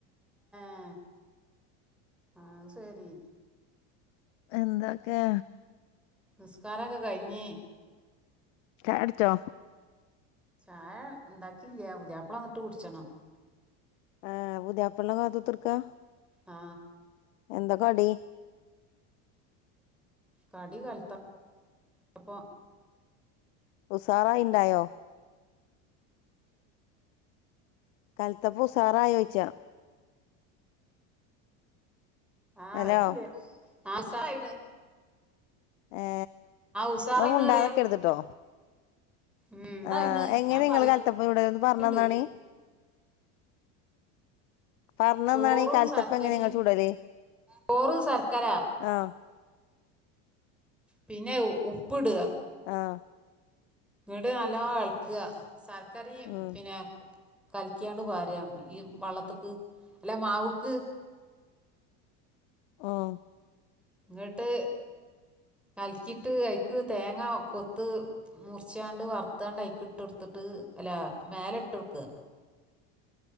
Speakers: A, in the centre; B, on the left (about 85°).
A: ഏ അത് ശെരി
B: എന്തൊക്കെ
A: നിസ്കാരൊക്കെ കയിഞ്ഞ്
B: ചായുടിച്ചോ
A: ചായ ഇണ്ടാക്കിയില്ല പുതിയാപ്പള വന്നിട്ട് കുടിച്ചണം
B: ആഹ് പുതിയാപ്പളനെ കാത്ത്കുത്ത്ർക്കാ
A: ആ
B: എന്താകടി
A: കടി കലത്ത പ്പാ
B: ഉസാറായിണ്ടായോ കൽത്തപ്പം ഉസാറായോ ചോയിച്ചാ
A: ആഹ്
B: ഹലോ
A: കൊയപ്പില്ല <unintelligible>
B: ഏ
A: ഉസാറായിണ്
B: അത് മുണ്ടാതെക്കരുത്ട്ടോ
A: പറയാ ഉം അതായിണ്
B: ആഹ് എങ്ങനെ
A: ഞാൻ
B: നിങ്ങള് കാലത്തപ്പം ചുട്അ ഒന്ന്
A: പറയണ്ട്
B: പറഞ്ഞന്നാണീൻ പറഞ്ഞന്നാണീൻ
A: ചോറും
B: ഈ കാലത്തപ്പെങ്ങനെയാ
A: ശർക്കരയും
B: നിങ്ങള് ചൂടല്
A: ചോറ് ശർക്കര
B: ആഹ്
A: പിന്നെ ഉപ്പിട്അ
B: ആഹ്
A: ഇങ്ങ്ട് നല്ലോണെളക്ക്അ ശർക്കരേം
B: ഉം
A: പിന്നെ കലക്കിയാണ്ട് വാര്അ ഈ വെള്ളത്ത്ക്ക് അല്ല മാവ്ക്ക്
B: ആഹ്
A: ഇങ്ങ്ട്ട്
B: <inaudible>
A: കലക്കിട്ട് അയിക്ക് തേങ്ങ കൊത്ത് മുറിച്ചാണ്ട് വറുത്താണ്ട് അയ്ക്ക് ഇട്ടൊടുത്തിട്ട് അല്ല മേലെട്ടൊട്ക്ക